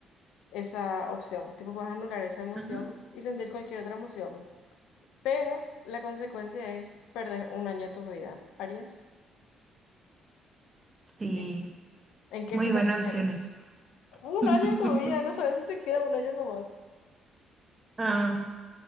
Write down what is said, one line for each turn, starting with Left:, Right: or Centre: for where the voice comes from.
Left: esa opción. Tipo, puedes anular esa emoción
Right: Ajá.
Left: y sentir cualquier otra emoción. pero la consecuencia es perder un año de tu vida. ¿Harías?
Right: Sí,
Left: ¿En en qué
Right: muy
Left: situación
Right: buenas
Left: harías?
Right: opciones.
Left: Un
Right: <laughs>
Left: año de tu vida, no sabes si te queda un año nomás.
Right: Ah.